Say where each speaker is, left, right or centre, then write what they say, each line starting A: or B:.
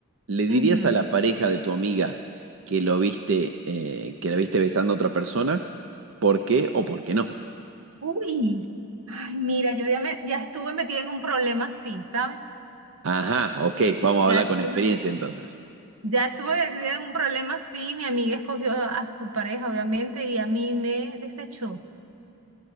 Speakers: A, on the right (about 60°); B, on the right (about 70°).
A: ¿Le dirías
B: Ujú.
A: a la pareja de tu amiga que lo viste, eh, que la viste besando a otra persona? ¿Por qué o por qué no?
B: Uy. Ay, mira, yo ya, me, ya estuve metida en un problema así, ¿sabes?
A: Ajá, ok, vamos a
B: Ya
A: hablar
B: estuve
A: con experiencia
B: metida,
A: entonces.
B: ya estuve metida en un problema así. Mi amiga escogió a su pareja, obviamente, y a mí me desechó.